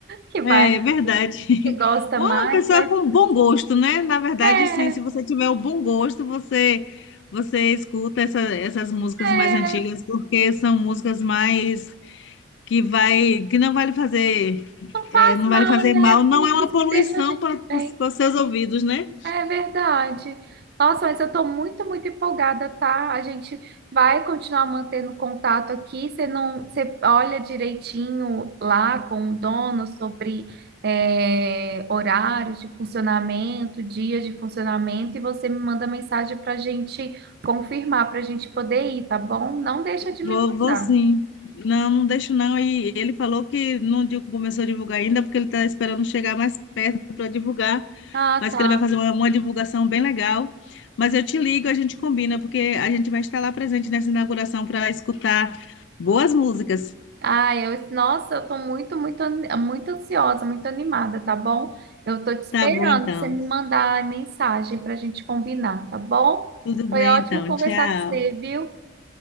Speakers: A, on the right; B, on the left.
A: Que vai,
B: é é verdade.
A: que gosta
B: <laughs> Ou
A: mais,
B: uma pessoa
A: mas
B: com bom gosto, né? Na verdade,
A: é,
B: assim, se você tiver o bom gosto, você você escuta essa- essas músicas
A: é,
B: mais antigas, porque são músicas mais que vai que não vai lhe fazer
A: não faz
B: é, não vai
A: mal,
B: lhe fazer
A: né?
B: mal, não
A: Músicas
B: é uma poluição
A: que deixam a gente
B: para
A: bem.
B: os seus ouvidos, né?
A: É verdade. Nossa, mas eu estou muito, muito empolgada, tá? A gente vai continuar mantendo contato aqui. Você não, você olha direitinho lá com o dono sobre é, horários de funcionamento, dias de funcionamento, e você me manda mensagem para a gente confirmar, para a gente poder ir, tá bom? Não deixa de
B: Vou,
A: me mandar.
B: vou sim. Não, não deixo não. E ele falou que não di- começou a divulgar ainda, é porque ele está esperando chegar mais perto para divulgar,
A: Ah,
B: mas
A: tá.
B: que ele vai fazer uma, uma divulgação bem legal. Mas eu te ligo, a gente combina, porque a gente vai estar lá presente nessa inauguração para escutar boas músicas.
A: Ai, eu, nossa, eu tô muito, muito, an- muito ansiosa, muito animada, tá bom? Eu tô te esperando
B: Tá bom, então.
A: pra você me mandar a mensagem pra gente combinar, tá bom?
B: Tudo
A: Foi
B: bem,
A: ótimo
B: então.
A: conversar
B: Tchau.
A: com você, viu?